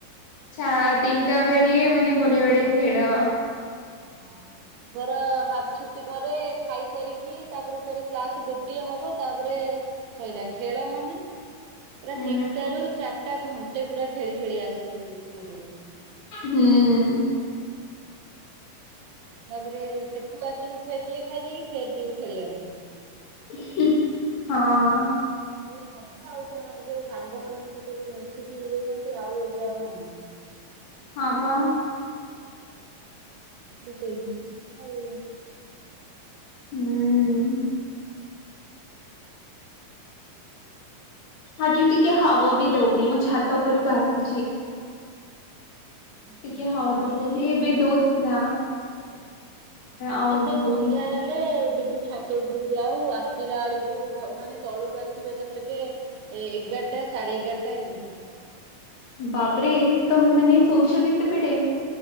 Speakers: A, on the left (about 65°); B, on the right (about 85°).
A: ଛା ତିନିଟା ଭେଡି ମାନେ ବଢିଆ ବଢିଆ ଖେଳ।
B: ହଁ। ଧର ହାଫ ଛୁଟି ପରେ ଖାଇସାରିକି ତାପରେ ଫ କ୍ଲାସ ଗୋଟିଏ ହବ ତାପରେ। ଶଇଲା ଖେଳ ମାନେ। ପୁରା
A: ହୁଁ
B: ତିନିଟା ରୁ ଚାରିଟା ଘଣ୍ଟେ ପୁରା ଖେଳି ଖେଳି ଆସୁ ସ୍କୁଲ ରୁ।
A: ହୁଁ।
B: ତାପରେ ସେଠୁ ଆସିବୁ ଫେର ଟିକେ ଖାଇଦେଇକି ଫେର ଯିବୁ ଖେଳିବା ପାଇଁ।
A: ହୁଁ ହଁ।
B: ସେ ମଜା ଆଉ ସେମାନେ ଯୋଉ ସାଙ୍ଗ ମଙ୍କ ସହିତ ଯୋଉ ମିଶିକି ଇଏ ହୁଅନ୍ତି ଆଉ ଏବେ ଆଉ ନାହିଁ।
A: ହଁ ପା।
B: ଭାରି ଟେନ୍ସନ୍ ଆଉ।
A: ହୁଁ ଉଁ ଆଜି ଟିକେ ହାୱା ବି ଦଉନି ମୁଁ ଛାତ ଉପରକୁ ଆସିଛି।
B: ହୁଁ
A: ଟିକେ ହାୱା ଦବ
B: ଆମେ
A: ବୋଲି
B: ଠିକ
A: ଏବେ ଦଉଥିଲା।
B: ଆମେ
A: ଆଉ
B: ସେଇ
A: ଦଉନି।
B: ସନ୍ଧ୍ୟା ହେଲେ ଯିବୁ ଛାତ ତ ଉପରକୁ ଯାଉ ଆସିଲା ବେଳକୁ ମାନେ ତଳକୁ ଆସିବେ ଏକାଥର କେ ଏ ଏଗାରଟା ସାଢେ ଏଗାରଟା ଏମିତି।
A: ବାପରେ ତମେ ମାନେ ଶୋଉଛ କେତେବେଡେ।